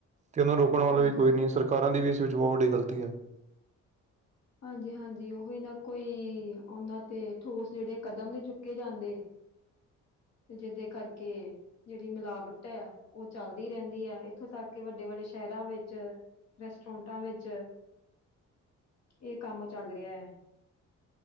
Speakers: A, on the right; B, on the left.
A: ਤੇ ੳਨਹਾ ਰੋਕਣ ਵਾਲਾ
B: ਹਾਂਜੀ
A: ਵੀ ਕੋਈ ਨੀ। ਸਰਕਾਰਾਂ ਦੀ ਵੀ ਇਸ ਵਿੱਚ ਥੋਡੀ ਗ਼ਲਤੀ ਐ ।
B: ਹਾਂਜੀ -ਹਾਂਜੀ ਉਹੀ ਨਾ ਕੋਈ ਔਨਾ ਤੇ ਠੋਸ ਜਿਹੜੇ ਕਦਮ ਨੀ ਚੁੱਕੇ ਜਾਂਦੇ। ਤੇ ਜਿਦੇ ਕਰਕੇ ਜਿਹੜੀ ਮਿਲਾਵਟ ਹੈ, ਉਹ ਚੱਲਦੀ ਰਹਿੰਦੀ ਹੈ ਇੱਥੋਂ ਤੱਕ ਕਿ ਵੱਡੇ ਵੱਡੇ ਸ਼ਹਿਰਾਂ ਵਿੱਚ ਰੈਸਟਰੈਂਟਾਂ ਵਿੱਚ ਇਹ ਕੰਮ ਚੱਲ ਰਿਹਾ ਏ ।